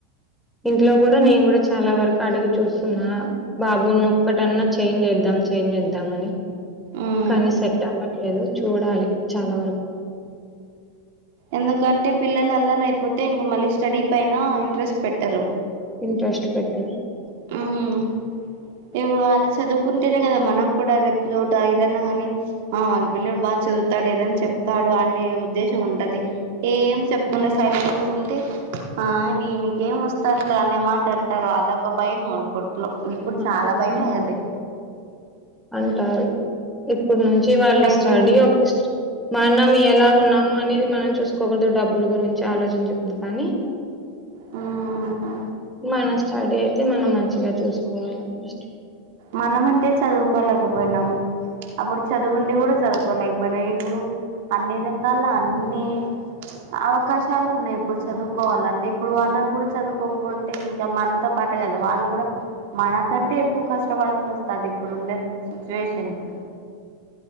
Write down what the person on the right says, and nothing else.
ఉమ్
ఎందుకంటే పిల్లలు అల్లరయిపోతే ఇంగ మళ్ళీ స్టడీ పైన ఇంట్రెస్ట్ పెట్టరు
మ్ ఇప్పుడు వాళ్ళ చదువుకుంటేనే కదా మనకు కూడా రేపు చోట ఇదన్నా గా ని ఆ వాళ్ళ పిల్లోడు బాగా చదువుతాడు ఏదనా చెప్తాడు అనే ఉద్దేశం ఉంటది ఏం చెప్పుకుండా
సైలెంట్ ఉంటే ఆ వీనికి ఏం వస్తారులె అనే మాట అంటారు అదొక భయం కొట్లో ఇప్పుడు
చాలా భయమే
అది
నెగ్లిజి
ఆ
మనం అంటే చదువుకోలేకపోయినాం అప్పుడు చదువుండి కూడా చదువుకోలేకపోయినం ఇప్పుడు అన్ని రకాల అన్నిీ అవకాశాలు ఉన్నాయి ఇప్పుడు చదువుకోవాలంటే ఇప్పుడు వాళ్ళకూ కూడా చదువుకోకా పోత్ టె ఇంకా మనతో పాటే కదా వాళ్ళు కూడా మనకంటే ఎక్కువ కష్ ష్ట పడాల్సి వస్తది ఇప్పుడు ఉండే సిచ్యువేషన్ కి